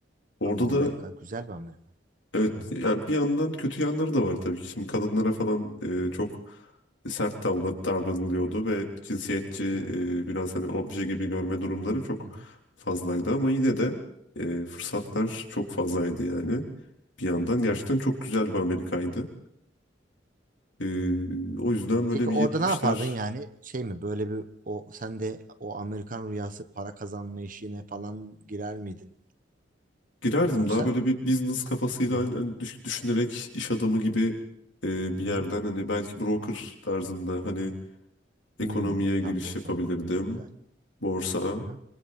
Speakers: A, on the left; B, on the right.
A: Orada
B: Ama o
A: da
B: Amerika güzel bir Amerika.
A: Evet
B: Hı hı.
A: yani bir yandan kötü yanları da var tabii ki. Şimdi kadınlara falan e, çok sert davra- davranılıyordu ve cinsiyetçi
B: Evet.
A: e, biraz hani obje gibi görme durumları çok
B: Hı hı.
A: fazlaydı ama yine de e, fırsatlar çok fazlaydı yani. Bir yandan gerçekten
B: Hı hı.
A: çok güzel bir Amerika'ydı. E, o yüzden böyle
B: Peki
A: bir
B: orada
A: yetmişler
B: ne yapardın yani şey mi böyle bir o sen de o Amerikan rüyası para kazanma işine falan girer miydin
A: girerdim
B: yoksa?
A: daha böyle bir business kafasıyla
B: Hı hı.
A: hani, hani düş- düşünerek iş adamı gibi e, bir
B: Hı
A: yerden
B: hı.
A: hani belki broker tarzında hani Ekonomiye
B: Hmm,
A: giriş
B: tam borsa.
A: yapabilirdim.
B: Evet, güzel.
A: Borsa.
B: Hı hı.